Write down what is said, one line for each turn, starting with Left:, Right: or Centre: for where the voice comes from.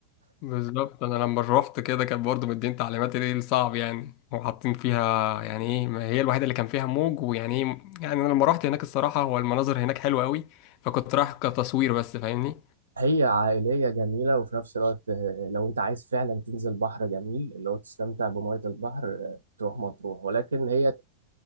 Left: بالظبط انا لما روحت كده كان برضه مدين تعليمات ايه الصعب يعني وحاطين فيها يعني ايه ما هي الوحيده اللي كان فيها موج ويعني ايه يعني انا لما روحت هناك الصراحه هو المناظر هناك حلوه قوي فكنت رايح كتصوير بس فاهمني
Right: هي عائلية جميلة وفي نفس الوقت آه، لو انت عايز فعلا تنزل بحر جميل اللي هو تستمتع بمية البحر آه، تروح مطروح ولكن هي